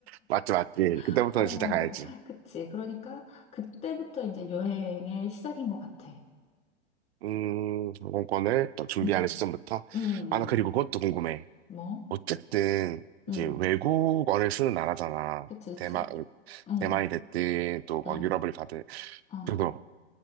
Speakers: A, on the right; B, on the left.
A: 맞지, 맞지.
B: <laughs>
A: 그때부터는
B: 어,
A: 진짜 가야지.
B: 그치. 그러니까 그때부터 이제 여행의 시작인 것 같아.
A: 음, 항공권을 또 준비하는
B: 응,
A: 시점부터.
B: 응, 응.
A: 아, 나 그리고 그것도 궁금해.
B: 뭐?
A: 어쨌든 이제
B: 응,
A: 외국어를 쓰는 나라잖아.
B: 그치, 그치.
A: 대만 어,
B: 응,
A: 대만이 됐든 또 막
B: 응,
A: 유럽을 가든
B: 응,
A: 그래서